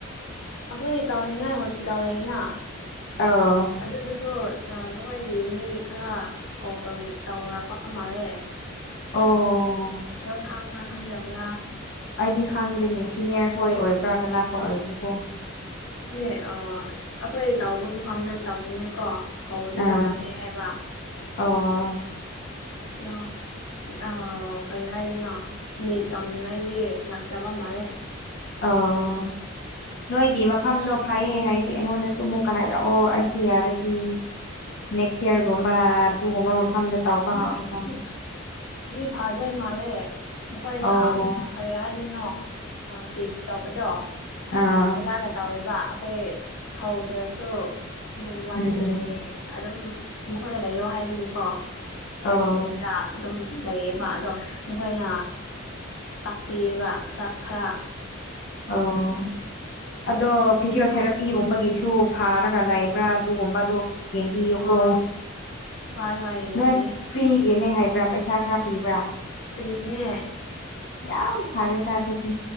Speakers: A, on the left (about 80°); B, on the left (about 50°).
A: ꯑ ꯑꯩꯈꯣꯏ ꯇꯥꯎꯅꯤꯡꯉꯥꯏ ꯍꯣꯁꯄꯤꯇꯥꯜ ꯂꯩꯅ
B: ꯑꯥ
A: ꯑꯗꯨꯗꯁꯨ ꯅꯈꯣꯏꯒꯤ ꯃꯤ ꯈꯔ ꯀꯣꯜ ꯇꯧꯔꯛꯄ ꯃꯥꯜꯂꯦ
B: ꯑꯣ
A: ꯅꯪ ꯈꯪꯕ꯭ꯔꯥ ꯈꯪꯗꯕ꯭ꯔꯥ
B: ꯑꯩꯗꯤ ꯈꯪꯗꯦꯅꯦ ꯁꯤꯅꯤꯌꯔ ꯍꯣꯏ ꯑꯣꯏꯕ꯭ꯔꯥ ꯀꯅꯥ ꯈꯣꯏ ꯑꯣꯏꯕ꯭ꯔꯥꯀꯣ
A: ꯈꯪꯗꯦ ꯑ ꯑꯩꯈꯣꯏ ꯇꯥꯎꯧꯕ ꯃꯐꯝꯗ ꯇꯧꯅꯤꯡꯉꯥꯏ ꯀꯣ ꯀ ꯑꯗꯨ
B: ꯑꯥ
A: ꯇꯧꯔꯛꯀꯦ ꯍꯥꯏꯕ
B: ꯑꯣ
A: ꯗ ꯑ ꯀꯔꯤ ꯍꯥꯏꯗꯅꯣ ꯃꯤꯠ ꯇꯝꯅꯤꯉꯥꯏꯗꯤ ꯂꯥꯛꯇꯕ ꯃꯥꯜꯂꯦ
B: ꯑꯣ ꯅꯣꯏꯒꯤ ꯃꯐꯝꯗꯣ ꯐꯩꯌꯦ ꯍꯥꯏ ꯑ ꯑꯩꯉꯣꯟꯗꯁꯨ ꯑꯃꯨꯛꯀ ꯍꯥꯏꯔꯛꯑꯣ ꯑꯩꯁꯨ ꯌꯥꯔꯗꯤ ꯅꯦꯛꯁ ꯌꯌꯥꯔꯒꯨꯝꯕ ꯑꯗꯨꯒꯨꯝꯕ ꯃꯐꯝꯗ ꯇꯧꯕ ꯍꯅꯤ
A: ꯗꯤ ꯐꯥꯗꯣꯏ ꯃꯥꯜꯂꯦ ꯃꯈꯣꯏꯅ
B: ꯑꯧ
A: ꯀꯔꯤ ꯍꯥꯏꯗꯅꯣ ꯇꯦꯆ ꯇꯧꯕꯗꯣ
B: ꯑꯥ
A: ꯐꯖꯅ ꯇꯧꯋꯦꯕ ꯑꯩꯈꯣꯏ ꯍꯧꯗ꯭ꯔꯁꯨ ꯋꯥꯟ
B: ꯎꯝ
A: ꯗꯦ ꯑꯗꯨꯝ ꯃꯈꯣꯏꯅ ꯂꯩꯌꯣ ꯍꯥꯏꯕꯒꯤꯀꯣ ꯀꯦꯁ
B: ꯑꯧ
A: ꯂꯩꯕꯗ ꯑꯗꯨꯝ ꯂꯩꯌꯦꯕ ꯑꯗꯣ ꯃꯈꯣꯏꯅ ꯇꯥꯛꯄꯤꯌꯦꯕ ꯈꯔ
B: ꯑꯣ ꯑꯗꯣ ꯐꯤꯖꯤꯣꯊꯦꯔꯥꯄꯤꯒꯨꯝꯕꯒꯤꯁꯨ ꯑꯗꯨꯨ ꯐꯥꯔꯒ ꯂꯩꯕ꯭ꯔꯥ ꯑꯗꯨꯒꯨꯝꯕꯗꯣ ꯌꯦꯦꯟꯕꯤꯌꯨꯀꯣ
A: ꯑꯥ ꯍꯣꯏ ꯍꯣꯏ ꯌꯦꯡꯕꯤꯒꯦ
B: ꯅꯣꯏ ꯐ꯭ꯔꯤꯒꯤꯦꯅꯦ ꯍꯥꯏꯕ꯭ꯔꯥ ꯄꯩꯁꯥ ꯈꯔ ꯄꯤꯕ꯭ꯔꯥ
A: ꯐꯔꯤꯅꯦ
B: ꯌꯥꯝꯌꯥꯝ ꯐꯔꯦꯗꯗꯥꯗꯨꯨꯗꯤ